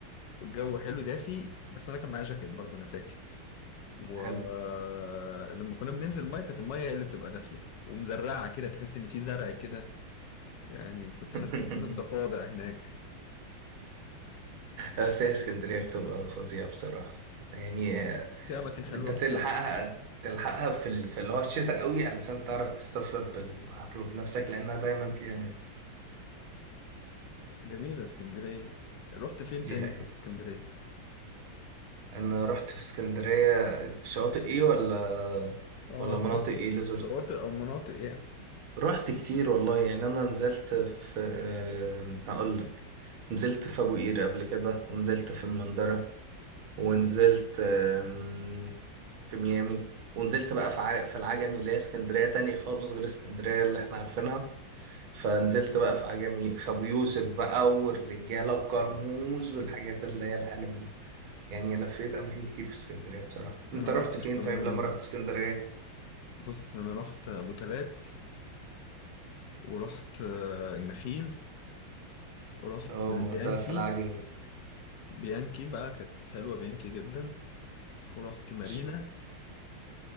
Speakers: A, on the left; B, on the right.
A: والجو حلو دافي بس أنا كان معايا جاكيت برضه أنا فاكر ولما
B: حلو
A: كنا بننزل مية كانت المية هي اللي بتبقى دافية ومزرعة كده تحس إن في زرع كده يعني كنت
B: <laughs>
A: حاسس إحساس الضفادع هناك
B: بس هي اسكندرية بتبقى فظيعة بصراحة يعني آه،
A: في أماكن حلوة
B: انت تلحقها
A: كتير
B: تلحقها في ال... في اللي هو الشتاء قوي علشان تعرف تستفرد بالبحر وبنفسك لانها دايما فيها ناس
A: جميلة اسكندرية رحت فين
B: دي
A: تاني
B: حقيقة
A: أنت في اسكندرية؟
B: انا رحت في اسكندرية في شواطئ ايه ولا
A: اه
B: ولا
A: شواطئ
B: مناطق ايه اللي زرتها
A: شواطئ أو مناطق يعني
B: رحت كتير والله يعني انا نزلت في آه، هقول لك نزلت في ابو قير قبل كده ونزلت في المندرة ونزلت آم، في ميامي ونزلت بقى في ع- في العجمي اللي هي اسكندرية تانية خالص غير اسكندرية اللي احنا عارفينها فنزلت بقى في عجمي في ابو يوسف بقى والرجالة وكرموز والحاجات اللي هي الحلوة دي يعني لفيت اماكن كتير في اسكندرية بصراحة انت
A: أنا ما
B: رحت
A: رحتش
B: فين
A: كرمومون
B: طيب لما رحت اسكندرية
A: بص أنا رحت أبو تلات ورحت آه، النخيل ورحت
B: اه
A: بيانكي
B: ما ده في العجمي
A: بيانكي بقى كانت حلوة بيانكي جدا ورحت مارينا
B: ش-